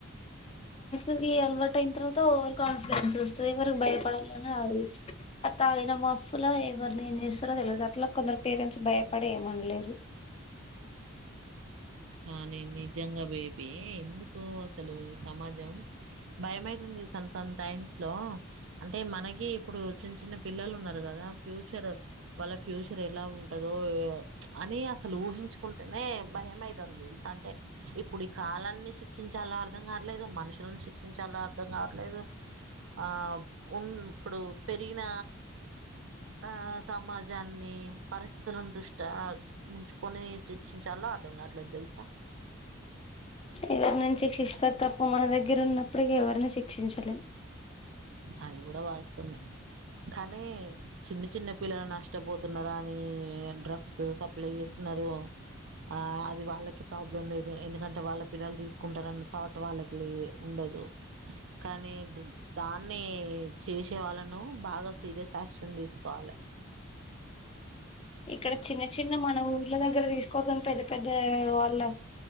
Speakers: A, on the left (about 25°); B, on the right (about 60°).
A: అది అలవాటు అయిన తర్వాత ఓవర్ కాన్ఫిడెన్స్ వస్తది. ఎవరికి భయపడాలని రాదు అది. తాగిన మాఫ్లా ఎవరినేం చేస్తారో తెలవది. అట్లా కొందరు పేరెంట్స్ భయపడి ఏమనలేరు.
B: కానీ నిజంగా బేబీ ఎందుకు అసలు ఈ సమాజం భయమైతుంది. సమ్ సమ్ టైమ్స్ లో అంటే మనకి ఇప్పుడు చిన్న చిన్న పిల్లలు ఉన్నారు కదా. ఫ్యూచర్ వాళ్ళ ఫ్యూచర్ ఎలా ఉంటదో, అని అసలు ఊహించుకుంటునే, భయమైతంది తెలుసా. అంటే ఇప్పుడు ఈ కాలాన్ని శిక్షించాలో అర్థం కావట్లేదు. మనుషులను శిక్షించాలో అర్థం కావట్లేదు. ఆ ఉన్ ఇప్పుడు పెరిగిన ఆ సమాజాన్ని పరిస్థితులను దృష్ట ఉంచుకొని శిక్షించాలో అర్ అర్థంగవట్లేదు తెలుసా
A: ఎవరి నని శిక్షిస్తారు. తప్పు మన దగ్గర ఉన్నప్పుడు ఎవరిని శిక్షించలేం.
B: అది కూడా వాస్తవమే కానీ చిన్న చిన్న పిల్లలు నష్టపోతున్నారు. అని డ్రగ్స్ సప్లై చేస్తున్నారు. ఆ అది వాళ్ళకి ప్రాబ్లం లేదు. ఎందుకంటే వాళ్ళ పిల్లలు తీసుకుంటారన్న థాట్ వాళ్ళకి లే ఉండదు. కానీ దాన్ అన్నీ చేసే వాళ్ళను బాగా సీరియస్ యాక్షన్ తీసుకోవాలే
A: ఇక్కడ చిన్న చిన్న మన ఊర్ల దగ్గర తీసుకోరు గాని పెద్ద పెద్ద వా లవ్